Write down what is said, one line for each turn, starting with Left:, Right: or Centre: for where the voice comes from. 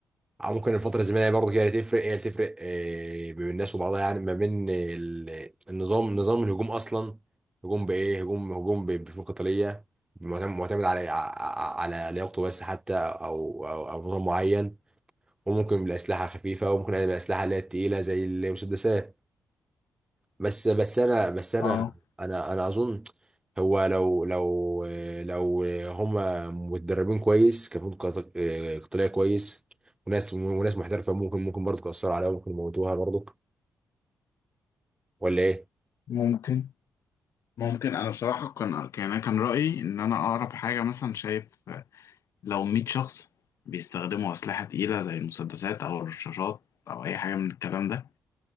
Right: أو ممكن الفترة الزمنية برضه كده تفرق هي اللي تفرق آه، بين الناس وبعضها يعني ما بين ال- النظام نظام الهجوم أصلا هجوم بإيه هجوم هجوم ب- بفنون قتالية معتمد معتمد على ع- على لياقته بس حتى أو أو أو نظام معين وممكن بالأسلحة الخفيفة وممكن بالأسلحة اللي هي التقيلة زي المسدسات بس بس انا بس مم.
Left: اه
Right: انا انا انا اظن هو لو لو لو هما متدربين كويس كفنون قط- آه، قتاليه كويس وناس وناس محترفه ممكن ممكن برضه تاثر عليها ممكن يموتوها برضه ولا ايه؟
Left: ممكن ممكن أنا بصراحة كان كان أنا كان رأيي إن أنا أقرب حاجة مثلا شايف لو 100 شخص بيستخدموا أسلحة تقيلة زي المسدسات أو الرشاشات أو أي حاجة من الكلام ده